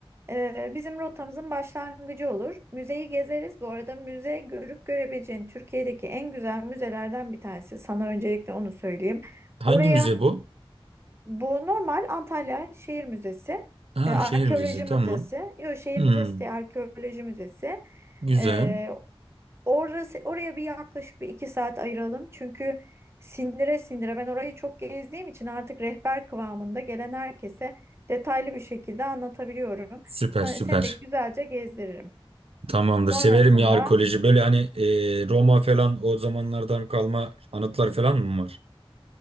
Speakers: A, on the right (about 25°); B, on the right (about 80°).
A: eee, bizim rotamızın başlangıcı olur. Müzeyi gezeriz. Bu arada müze görüp görebileceğin Türkiye'deki en güzel müzelerden bir tanesi. Sana öncelikle onu söyleyeyim.
B: Hangi
A: Oraya
B: müze bu?
A: bu normal Antalya Şehir Müzesi,
B: Ha
A: e, Arkeoloji
B: şehir müzesi tamam.
A: Müzesi, yok Şehir
B: Hmm,
A: Müzesi değil, Arkeoloji Müzesi.
B: güzel.
A: E, orası, oraya bir yaklaşık bir iki saat ayıralım. Çünkü sindire sindire ben orayı çok gezdiğim için artık rehber kıvamında gelen herkese detaylı bir şekilde anlatabiliyorum.
B: Süper
A: Sen,
B: süper.
A: seni de güzelce gezdiririm.
B: Tamamdır.
A: Sonrasında
B: Severim ya arkeoloji. Böyle hani e, Roma falan o zamanlardan kalma anıtlar falan mı var?